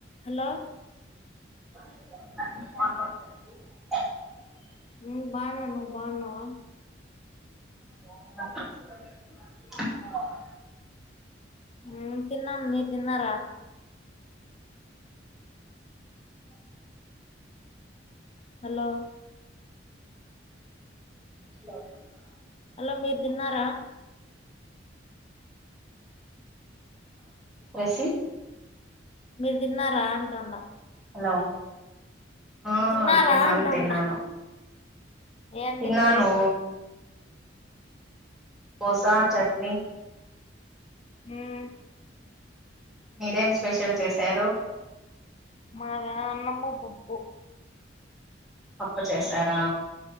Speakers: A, on the left; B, in the centre.
A: Hello
B: బాగున్నావ <unintelligible>
A: నేన్ బాన్నా నువ్వు బాగున్నావా
B: <unintelligible>
A: నేన్ తిన్నాన్ మీరు తిన్నారా హలో
B: బాగున్నా
A: హలో మీరు తిన్నారా
B: రసి
A: మీరు తిన్నరా అంటాండ
B: హలో ఆ
A: తిన్నారా
B: తిన్నాను
A: అంటుండా
B: తిన్నాను
A: ఏం
B: తిన్నాను
A: తింట్రి
B: దోసా చట్నీ
A: మ్మ్
B: మీరేం స్పెషల్ చేశారు
A: మాద అన్నము పప్పు
B: పప్పు చేశారా